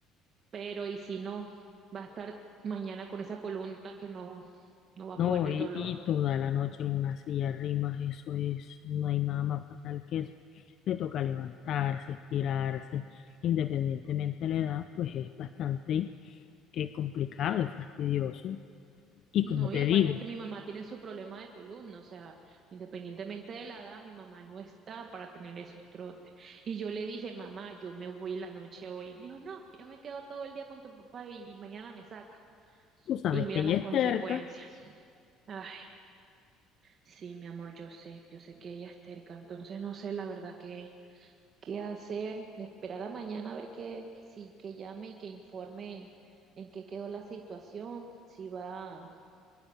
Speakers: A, on the right (about 45°); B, on the left (about 55°).
A: Pero y si no, va a estar mañana con esa columna que no, no va a
B: No,
A: poder del
B: y,
A: dolor.
B: y toda la noche en una silla de rimas, eso es, no hay nada más fatal que eso. Le toca levantarse, estirarse, independientemente de la edad, pues es bastante eh, complicado, es fastidioso. Y
A: No,
B: como te
A: y aparte
B: digo,
A: que mi mamá tiene su problema de columna, o sea, independientemente de la edad, mi mamá no está para tener esos trotes. Y yo le dije, mamá, yo me voy en la noche hoy. Me dijo, no, yo me quedo todo el día con tu papá y mañana me sacas.
B: tú sabes
A: Y mira
B: que ella
A: las
B: es
A: consecuencias.
B: terca.
A: Ay, sí, mi amor, yo sé, yo sé que ella es terca, entonces no sé la verdad qué, qué hacer, de esperar a mañana a ver que, que, si- que llame y que informe en qué quedó la situación, si va.